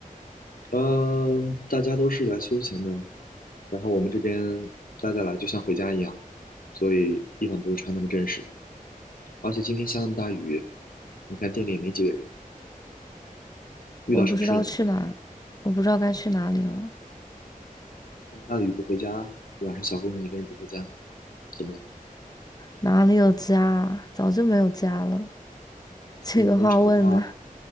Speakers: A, on the left (about 80°); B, on the left (about 25°).
A: 嗯，大家都是来休闲的，然后我们这边大家来就像回家一样，所以一般不会穿那么正式。而且今天下那么大雨，你看店里也没几个人，遇到什么事了？
B: 我不知道去哪，我不知道该去哪里了。
A: 这么大的雨不回家，晚上小姑娘一个人不回家，怎么了？
B: 哪里有家啊？早就没有家了。这个话问的，
A: 跟男朋友吵架，